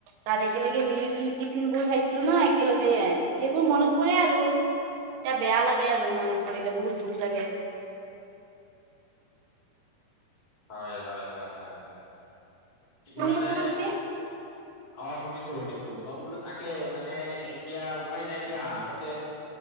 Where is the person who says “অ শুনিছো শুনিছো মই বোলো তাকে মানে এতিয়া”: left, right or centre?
Left